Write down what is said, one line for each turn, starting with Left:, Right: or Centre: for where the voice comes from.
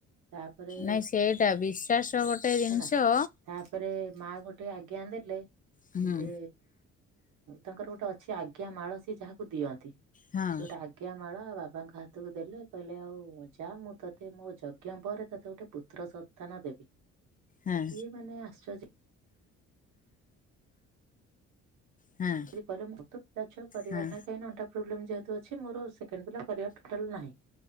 Right: ତାପରେ
Left: ନାଇଁ ସେଟା ବିଶ୍ଵାସ ଗୋଟେ ଜିନିଷ
Right: ହେଲା ତାପରେ ମା ଗୋଟେ ଆଜ୍ଞା ଦେଲେ
Left: ହୁଁ ହଁ
Right: ଯେ ତାଙ୍କର ଗୋଟେ ଅଛି ଆଜ୍ଞା ମାଳ ସିଏ ଯାହାକୁ ଦିଅନ୍ତି
Left: ହଁ
Right: ସିଏ ଗୋଟେ ଆଗ ଅଜ୍ଞା ମାଳ ବାବାଙ୍କ ହାତକୁ ଦେଲେ କହିଲେ ଆଉ ଯା ମୁଁ ତୋତେ ମୋ ଯଜ୍ଞ ପରେ ତୋତେ ଗୋଟେ ପୁତ୍ର ସ ନ୍ତାନ ଦେବି।
Left: ହଁ
Right: ଇଏ ମାନେ ଆଶ୍ଚଜ
Left: ହଁ
Right: ଯଦି କହିଲେ ମୋରତ ତ ପିଲାଛୁଆ କରିବାର
Left: ହଁ
Right: ନାହିଁ କାହିଁନା ଅଣ୍ଟା ପ୍ରୋବ୍ଲେମ ଯେହେତୁ ଅଛି ମୋର ସେକେଣ୍ଡ ପିଲା କରିବାର ଟୋଟାଲ ନାହିଁ